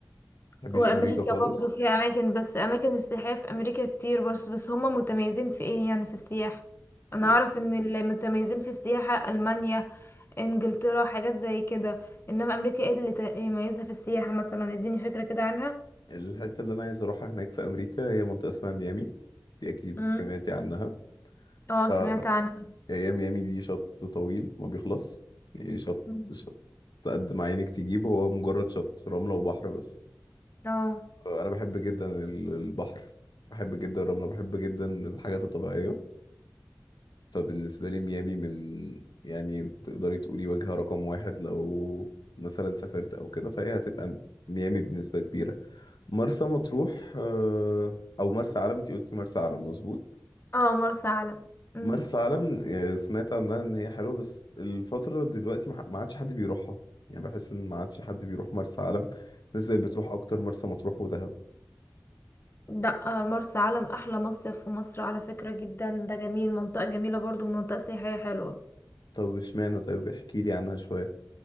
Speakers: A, on the left (about 80°); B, on the left (about 35°).
A: بحبش
B: وامريكا
A: امريكا خالص
B: برضو فيها اماكن بس اماكن السياحية في امريكا كتير بس بس هما متميزين في ايه يعني في السياحة انا
A: بص
B: اعرف ان اللي متميزين في السياحة المانيا انجلترا حاجات زي كده انما امريكا ايه اللي ت- يميزها في السياحة مثلا اديني فكرة كده عنها
A: الحتة اللي انا عايز اروحها هناك في امريكا هي منطقة اسمها ميامي دي اكيد
B: مم.
A: سمعتي عنها
B: اه
A: ف
B: سمعت
A: <laughs>
B: عنها
A: هي ميامي دي شط طويل ما بيخلص يعني شط
B: مم.
A: شط قد ما عينك تجيب هو مجرد شط رملة وبحر بس
B: اه
A: انا بحب جدا ال- البحر بحب جدا الرمله بحب جدا الحاجات الطبيعيه فبالنسبه لي ميامي من يعني تقدري تقولي وجهه رقم واحد لو مثلا سافرت او كده فهي هتبقى ميامي بنسبه كبيره مرسى مطروح آه، او مرسى علم انت قلتي مرسى علم مظبوط
B: اه مرسى علم امم
A: مرسى علم يعني سمعت عنها ان هي حلوه بس الفتره دلوقتي ما ما عادش حد بيروحها يعني بحس ان ما عادش حد بيروح مرسى علم الناس بقت بتروح اكتر مرسى مطروح ودهب
B: لا آه، مرسى علم احلى مصيف في مصر على فكرة جدا ده جميل منطقة جميلة برضو منطقة سياحية حلوة
A: طب اشمعنى طيب احكي لي عنها شويه